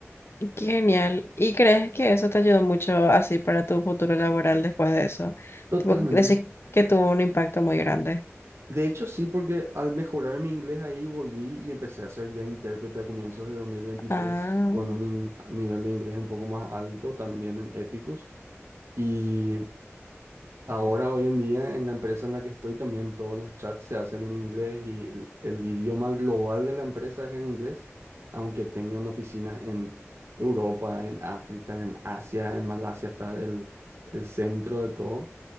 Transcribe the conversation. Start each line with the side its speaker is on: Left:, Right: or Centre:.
Left: qué genial. ¿Y crees que eso te ayudó mucho así para tu futuro laboral después de eso?
Right: Totalmente.
Left: Tipo, decir que tuvo un impacto muy grande.
Right: De hecho, sí, porque al mejorar mi inglés ahí volví y empecé a ser ya intérprete a comienzos de dos mil veintitrés
Left: Ah,
Right: con un in- nivel de inglés un poco más alto también en Epicus. Y ahora, hoy en día, en la empresa en la que estoy, también todos los chats se hacen en inglés y el, el idioma global de la empresa es en inglés, aunque tengan oficinas en Europa, en África, en Asia, en Malasia, está el, el centro de todo.